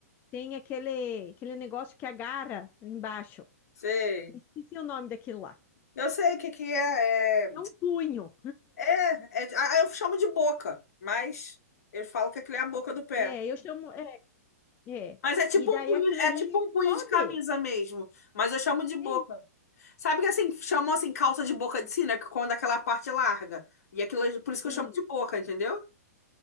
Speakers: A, on the left; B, on the left.
A: tem aquele, aquele negócio que agarra embaixo.
B: Sei.
A: Esqueci o nome daquilo lá.
B: Eu sei o que que é. é.
A: É um punho.
B: É, é, de- ah, eu chamo de boca, mas eu falo que aquilo é a boca do pé.
A: É, é, eu chamo. É, é.
B: Mas é tipo
A: E daí
B: um punho,
A: aquilo
B: é
A: ali
B: tipo um punho
A: sobe.
B: de camisa mesmo, mas eu chamo de boca.
A: É,
B: Sabe que assim, chamam assim calça de boca de sina, que quando aquela parte é larga. E aquilo, por isso que
A: isso.
B: eu chamo de boca, entendeu?